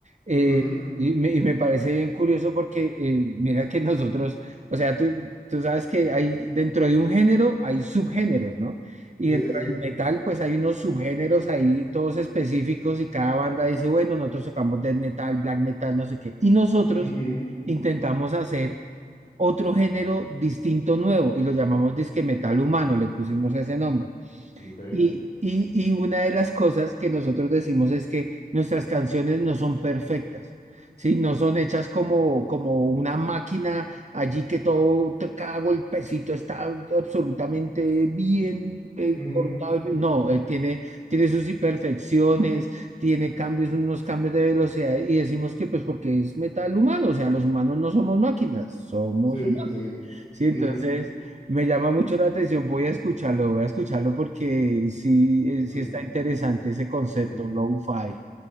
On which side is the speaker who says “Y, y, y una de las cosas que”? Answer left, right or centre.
Right